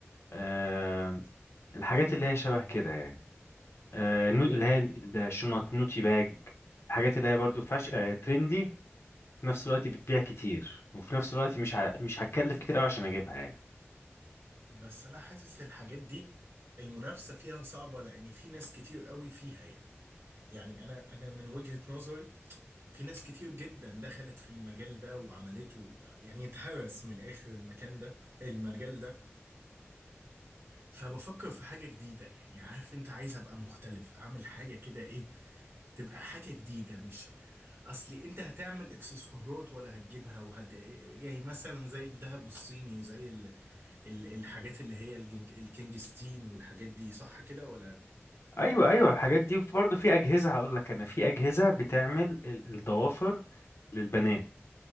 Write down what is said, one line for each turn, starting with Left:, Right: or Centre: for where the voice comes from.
Left: آه، الحاجات اللي هي شبه كده يعني آه، نو- اللي هي الشنط نوتي باج الحاجات اللي هي برضو فاش آه، ترندي في نفس الوقت بتبيع كتير وفي نفس الوقت مش ه... مش هتكلف كتير قوي عشان اجيبها يعني
Right: بس انا حاسس الحاجات دي المنافسة فيها صعبة لان في ناس كتير قوي فيها يعني يعني انا انا من وجهة نظري في ناس كتير جدا دخلت في المجال ده وعملته يعني اتهرس من الاخر المكان ده المجال ده فبفكر في حاجة جديدة يعني عارف انت عايز ابقى مختلف اعمل حاجة كده ايه تبقى حاجة جديدة مش اصلي انت هتعمل اكسسوارات ولا هتجيبها وهت يعني مثلا زي الذهب الصيني زي ال- الحاجات اللي هي الجنك الكينجستين والحاجات دي صح كده ولا
Left: ايوه ايوه الحاجات دي وفي برضو في اجهزه هقول لك انا في اجهزه بتعمل ال- الضوافر للبنات